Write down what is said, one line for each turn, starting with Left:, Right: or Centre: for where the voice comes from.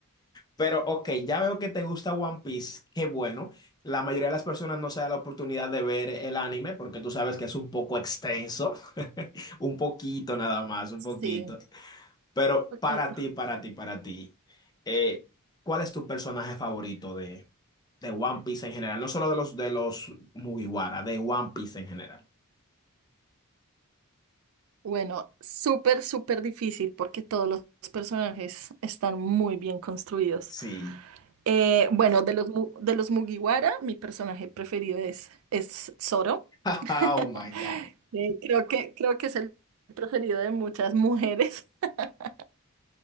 Left: Pero ok, ya veo que te gusta One Piece, qué bueno. La mayoría de las personas no se da la oportunidad de ver el anime porque tú sabes que es un poco extenso, <laughs> un poquito nada más, un
Right: Sí,
Left: poquito. Pero
Right: un poquito.
Left: para ti, para ti, para ti, eh, ¿cuál es tu personaje favorito de? de One Piece en general, no solo de los de los Mugiwara, de One Piece en general.
Right: Bueno, súper, súper difícil porque todos los personajes están muy bien construidos.
Left: Sí.
Right: Eh, bueno, de los, Mu- de los Mugiwara, mi personaje preferido es, es Zoro.
Left: <laughs>
Right: <laughs>
Left: Oh my God.
Right: Eh, Creo que, creo que es el preferido de muchas mujeres. <laughs>